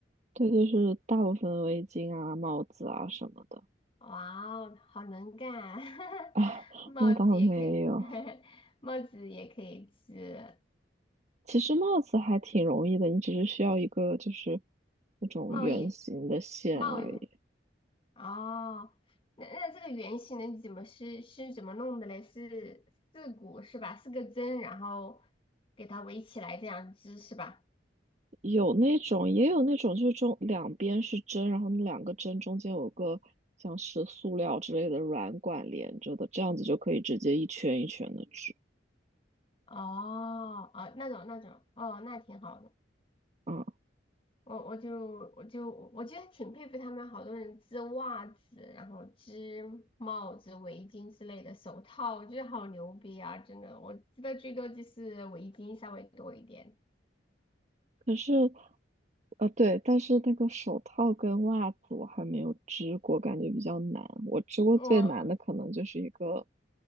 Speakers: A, on the right; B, on the left.
A: 对，就是大部分围巾啊、帽子啊什么的，
B: 哇哦，好能干啊
A: 啊，
B: <laughs> 帽子也可以，
A: 那倒没有，
B: <laughs> 帽子也可以织，
A: 其实帽子还挺容易的，你只是需要一个就是那种圆形的线而已。
B: 帽叶、帽叶。哦，那那这个圆形的你怎么是是怎么弄的嘞？是四股是吧？四个针，然后给它围起来这样织是吧？
A: 有那种，也有那种，就是中两边是针，然后那两个针中间有个像是塑料之类的软管连着的，这样子就可以直接一圈一圈的织
B: 哦，哦，那种那种，哦，那挺好的。
A: 啊。
B: 我我就我就我觉得挺佩服他们，好多人织袜子，然后织帽子、围巾之类的，手套，我觉得好牛逼啊！真的，我织的最多就是围巾稍微多一点。
A: 可是，呃，对，但是那个手套跟袜子我还没有织过，感觉比较难。我织过最难的可能就是一个
B: 我